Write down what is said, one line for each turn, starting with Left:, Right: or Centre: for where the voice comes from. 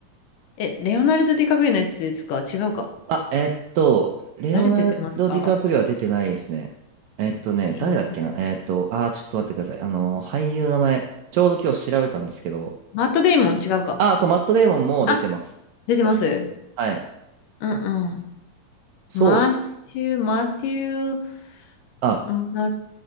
Left: え、レオナルド・ディカプリオのやつですか違うか
Right: あ、えーっと、レオナルド・
Left: 誰出てますか
Right: ディカプリオは出てないですね。えーっとね、
Left: えー
Right: 誰だっけなえーっと、あー、ちょっと待ってください。あの、俳優の名前、ちょうど今日調べたんですけど、
Left: マット・デイモン違うか
Right: あー、そう、マット・デーモンも出てます。
Left: あ、出てます
Right: 確か。はい。
Left: うんうん。
Right: そうです。
Left: マシュー、マシュー、
Right: あ、
Left: うんま